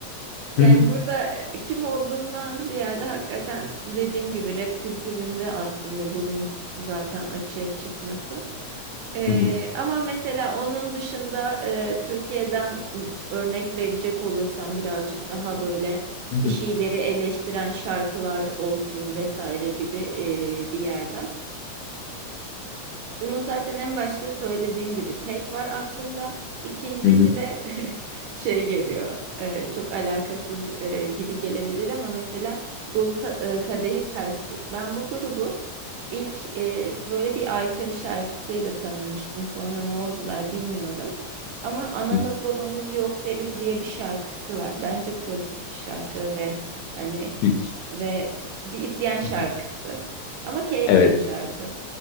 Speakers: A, on the right; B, on the left.
A: yani
B: Hı hı.
A: burada e, kim olduğundan ziyade hakikaten dediğim gibi rap kültüründe aslında bunun zaten açığa çıkması. Ee,
B: Hı hı.
A: ama mesela onun dışında e, Türkiye'den örnek verecek olursam birazcık daha böyle
B: Hı
A: bir
B: hı.
A: şeyleri eleştiren şarkılar olsun vesaire gibi e, bir yerden. Bunu zaten en başta söylediğim gibi pek var aklımda. İkincisi
B: Hı hı.
A: de <laughs> şey geliyor. e, çok alakasız e, gibi gelebilir ama mesela dolu ta- e, kadehi ters tut. Ben bu grubu ilk e, böyle bir aykırı şarkısıyla tanımıştım. Sonra ne oldular bilmiyorum. Ama anamız
B: Hı hı.
A: babamız yok deriz diye bir şarkısı var. Bence politik bir şarkı ve hani
B: Hiç.
A: ve bir isyan şarkısı.
B: Hı hı.
A: Ama keyifli
B: Evet.
A: bir şarkı.